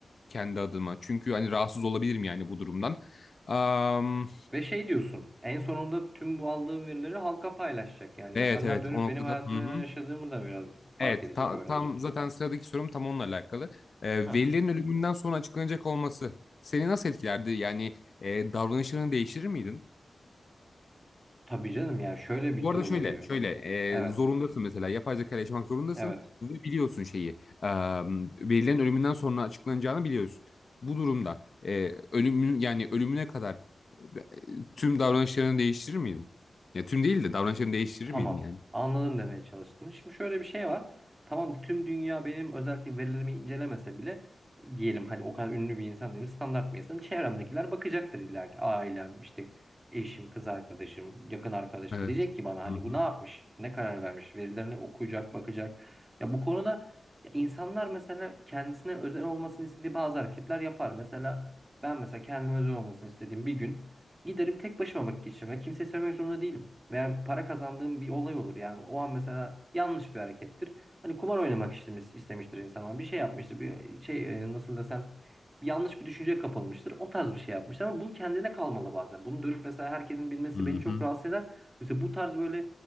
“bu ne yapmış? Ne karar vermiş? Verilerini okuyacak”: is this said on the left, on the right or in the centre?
Right